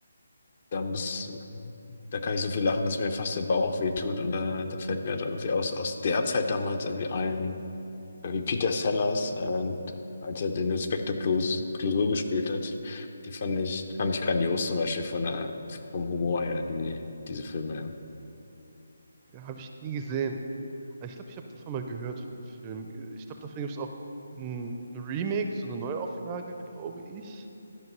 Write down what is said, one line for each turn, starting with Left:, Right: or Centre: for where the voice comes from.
Left: da muss, da kann ich so viel lachen, dass mir fast der Bauch wehtut. Und da, da fällt mir halt irgendwie aus, aus der Zeit damals irgendwie ein, wie Peter Sellers, äh, als er den Inspektor Clouseau, Clouseau gespielt hat, die fand ich, fand ich grandios zum Beispiel von der, vom Humor her, die, diese Filme.
Right: Ja, habe ich nie gesehen. Aber ich glaube, ich habe davon mal gehört, von dem Film. Ich glaube, davon gibt es auch ein, ein Remake, so eine Neuauflage, glaube ich.